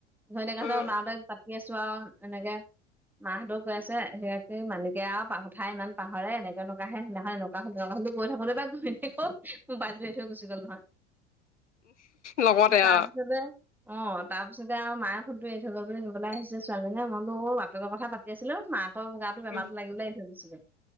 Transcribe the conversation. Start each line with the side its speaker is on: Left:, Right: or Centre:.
Centre: ঘৈনীয়েক আহোতে
Left: উম।
Centre: ওলাওঁতে পাতি আছো আৰু এনেকে। মাহঁতৰ কৈ আছে সি মানিকে আৰু কঠাই ইমান পাহৰে এনেকে নকাহে সেইদিনা। গৈ থাকো বা গৈ থাকো মোবাইলটো এৰি থৈ গুচি গ'ল নহয়।
Left: লগতে
Centre: তাৰপিছতে
Left: আও।
Centre: অ তাৰপিছত, আৰু মায়ে ফোনটো এৰি থৈ গল বুলি নিবলৈ আহিছে ছোৱালীজনীয়ে মই বোলো বাপেকৰ কথা পাতি আছিলো মাকৰ গাত বেমাৰত
Left: উম,
Centre: লাগিব ল আহি থৈ গৈছিলে